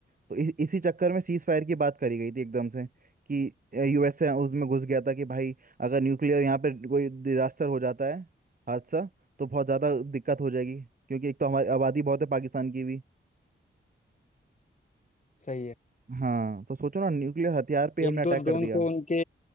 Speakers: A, on the right; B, on the left.
A: तो इ, इसी चक्कर में सीज फायर की बात करी गई थी एकदम से कि यूएसए उसमें घुस गया था कि भाई अगर न्यूक्लियर यहाँ पे कोई डिजास्टर हो जाता है हादसा तो बहुत ज़्यादा दिक्कत हो जाएगी क्योंकि एक तो हमारी आबादी बहुत है पाकिस्तान की भी
B: सही है
A: हाँ तो सोचो ना न्यूक्लियर हथियार पे हमने
B: एक
A: अटैक
B: दो ड्रोन
A: कर दिया
B: तो उनके